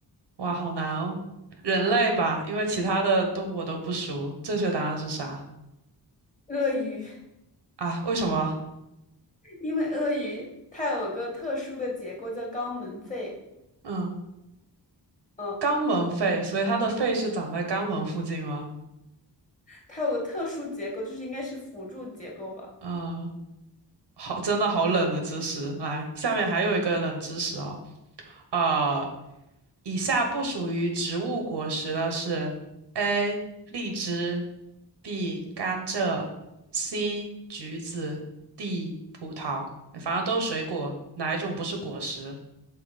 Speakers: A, on the right; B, on the left.
A: 哇，好难哦。人类吧，因为其他的动物我都不熟。正确答案是啥
B: 鳄鱼，
A: 啊？为什么？
B: <laughs> 因为鳄鱼它有个特殊的结构叫肛门肺。
A: 嗯，
B: 嗯。
A: 肛门肺，所以它的肺是长在肛门附近吗？
B: 它有个特殊结构，就是应该是辅助结构吧。
A: 嗯，好，真的好冷的知识。
B: 嗯，
A: 来，下面还有一个冷知识哦。呃，以下不属于植物果实的是：A. 荔枝，B. 甘蔗，C. 橘子，D. 葡萄。哎反正都是水果，哪一种不是果实？